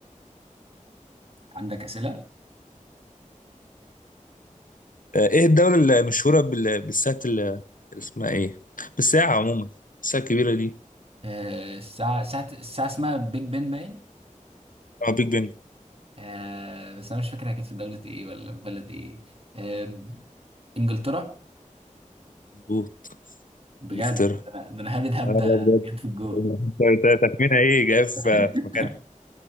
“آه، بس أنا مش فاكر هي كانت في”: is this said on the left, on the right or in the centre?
Right